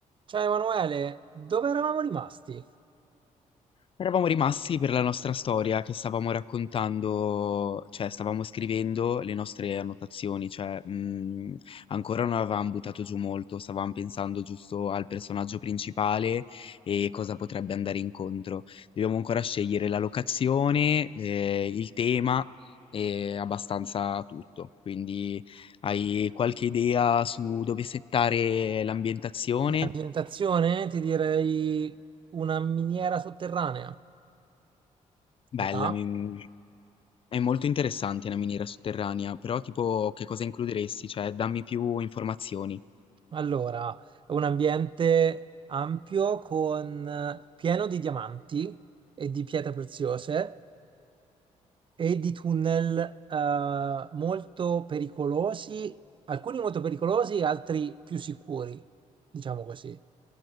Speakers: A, on the right; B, on the left.
A: Ciao Emanuele, dove eravamo rimasti?
B: Eravamo rimasti per la nostra storia che stavamo raccontando, cioè stavamo scrivendo le nostre annotazioni, cioè mh, ancora non avevamo buttato giù molto, stavamo pensando giusto al personaggio principale e cosa potrebbe andare incontro. Dobbiamo ancora scegliere la locazione, eh, il tema e abbastanza tutto. Quindi hai qualche idea su dove settare l'ambientazione?
A: La presentazione, ti direi una miniera sotterranea.
B: Bella,
A: Ti va?
B: mi, È molto interessante una miniera sotterranea, però tipo che cosa includeresti? Cioè, dammi più informazioni.
A: Allora, è un ambiente ampio con eh, pieno di diamanti e di pietre preziose e di tunnel eh, molto pericolosi, alcuni molto pericolosi, altri più sicuri, diciamo così.